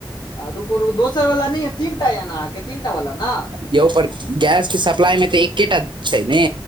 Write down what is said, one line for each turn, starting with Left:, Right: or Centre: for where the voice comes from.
Left: आ रुकु रुकु दोसर वला नय यऽ तीनटा य ने अहाकेँ तीन टा वाला नऽ
Right: यौ ओ पर गैस केँ सप्लाई मे तऽ एकेटा छै ने